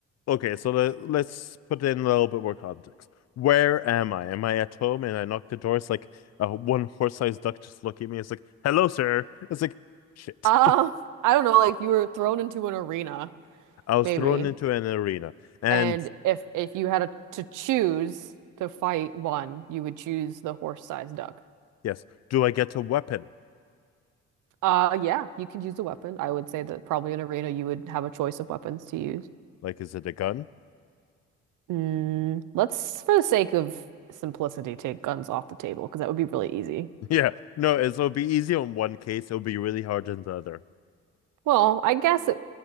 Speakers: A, on the left; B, on the right.
A: okay, so let, let's put in a little bit more context. Where am I? Am I at home? And I knock the door. It's like uh, one horse-sized duck just looking at me. It's like, "Hello, sir." It's like, "Shit."
B: Uh,
A: <laughs>
B: I don't know, like if you were thrown into an arena,
A: I was
B: maybe.
A: thrown into an arena. And
B: And if if you had a, to choose to fight one, you would choose the horse-sized duck.
A: yes, do I get a weapon?
B: Uh, yeah, you could use a weapon. I would say that probably in arena you would have a choice of weapons to use.
A: Like, is it a gun?
B: Mm, let's, for the sake of simplicity, take guns off the table because that would be really easy.
A: <laughs> Yeah. No, it's, it'll be easy on one case. It'll be really hard in the other.
B: Well, I guess it,